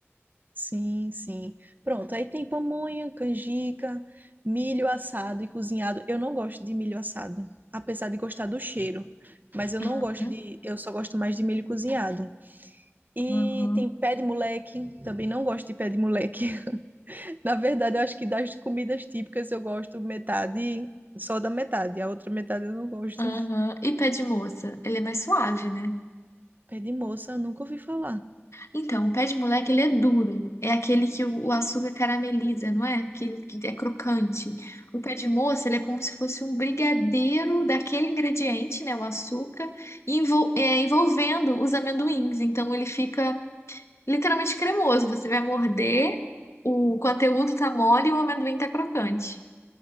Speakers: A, on the right; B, on the left.
A: Sim, sim. Pronto, aí tem pamonha, canjica, milho assado e cozinhado. Eu não gosto de milho assado, apesar de gostar do cheiro, mas eu
B: Uhum,
A: não gosto de, eu só gosto mais de milho cozinhado. E
B: uhum,
A: tem pé de moleque, também não gosto de pé de moleque. <laughs> Na verdade, eu acho que das comidas típicas eu gosto metade, só da metade, a outra metade eu não gosto.
B: uhum. E pé de moça? Ele é mais suave, né?
A: Pé de moça, eu nunca ouvi falar.
B: Então, o pé de moleque, ele é duro. É aquele que o o açúcar carameliza, não é? Aquele que é crocante. O pé de moça, ele é como se fosse um brigadeiro daquele ingrediente, né? O açúcar, envol- é, envolvendo os amendoins. Então, ele fica literalmente cremoso. Você vai morder, o conteúdo tá mole e o amendoim tá crocante.